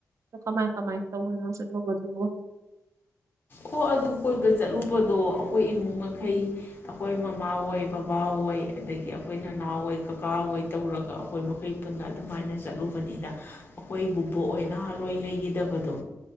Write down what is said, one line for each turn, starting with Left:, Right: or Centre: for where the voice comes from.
Right: ꯑꯗꯣ ꯀꯃꯥꯏ ꯀꯃꯥꯏ ꯇꯧꯕꯅꯣ ꯆꯠꯂꯨꯕꯗꯨꯕꯣ
Left: ꯍꯣ ꯑꯗꯨ ꯀꯣꯏꯕ ꯆꯠꯂꯨꯕꯗꯣ ꯑꯈꯣꯏ ꯏꯃꯨꯡ ꯃꯈꯩ ꯑꯈꯣꯏ ꯃꯃꯥ ꯍꯣꯏ ꯕꯕꯥ ꯍꯣꯏ ꯑꯗꯒꯤ ꯑꯈꯣꯏ ꯅꯅꯥꯎ ꯍꯣꯏ ꯀꯀꯥ ꯍꯣꯏ ꯇꯧꯔꯒ ꯑꯈꯣꯏ ꯃꯈꯩ ꯄꯨꯟꯅ ꯑꯗꯨꯃꯥꯏꯅ ꯆꯠꯂꯨꯕꯅꯤꯗ ꯑꯈꯣꯏ ꯕꯣꯕꯣꯛ ꯍꯣꯏꯅ ꯅꯍꯥꯜꯋꯣꯏ ꯂꯩꯒꯤꯗꯕꯗꯣ